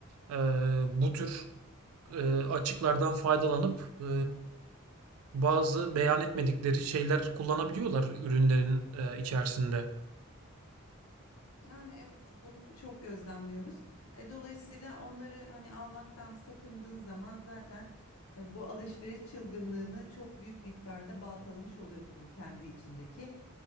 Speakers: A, on the right; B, on the left.
A: e, bu tür e, açıklardan faydalanıp e, bazı beyan etmedikleri şeyler kullanabiliyorlar ürünlerin e, içerisinde.
B: Yani evet bunu çok gözlemliyoruz. E, dolayısıyla onları hani almaktan sakındığın zaman zaten e, bu alışveriş çılgınlığını çok büyük miktarda baltalamış oluyorsun kendi içindeki.